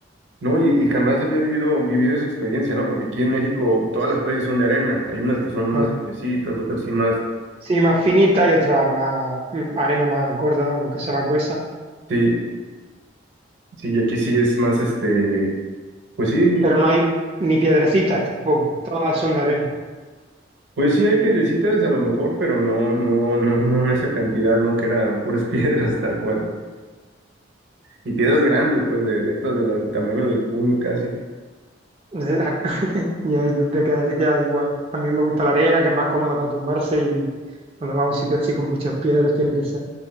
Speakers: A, on the right; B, on the right.
A: ¿no? Y, y jamás había vivido, vivido esa experiencia, ¿no? Porque aquí en México todas las playas son de arena, hay unas que son más
B: Ah.
A: piecitas, otras sí más,
B: Sí, más finita y otras más mm, arena más gorda o lo que sea más gruesa.
A: sí, sí, y aquí sí es más, este, pues sí.
B: pero no hay ni piedrecitas tampoco, todas son de arena.
A: Pues sí, hay piedrecitas a lo mejor, pero no, no, no, no en esa cantidad, ¿no? Que eran puras <laughs> piedras, tal cual. y piedras grandes, pues de, de estas del tamaño del puño casi.
B: <laughs> Y ahí tú te quedas igual. A mí me gusta la arena, que es más cómoda para tumbarse y cuando vas a un sitio así con muchas piedras tiene que ser.